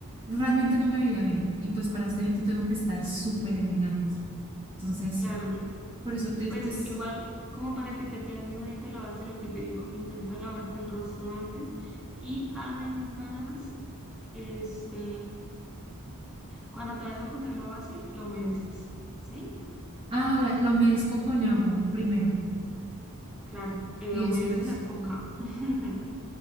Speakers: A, on the right; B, in the centre.
A: Realmente no me veía bien. Y pues para este evento tengo que estar súper elegante. Entonces,
B: Claro, mira,
A: por eso te...
B: pues
A: te... s-
B: igual como para que te quede así bonita la base, lo que te digo, intenta lavarte el rostro antes y además, este, cuando te vas a poner la base, la humedeces, ¿sí?
A: Ah, la, la humedezco con agua primero
B: Claro, eh,
A: y
B: humedeces
A: después.
B: la esponja. <laughs>